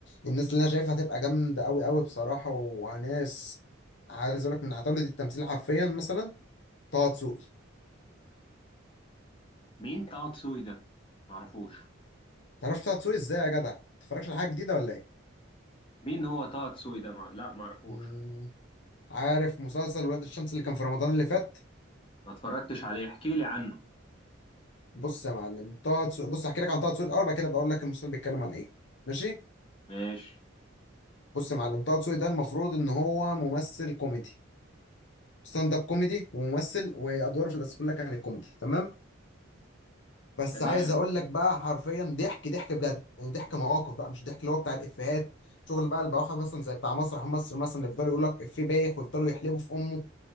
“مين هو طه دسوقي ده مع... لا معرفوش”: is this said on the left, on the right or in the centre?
Left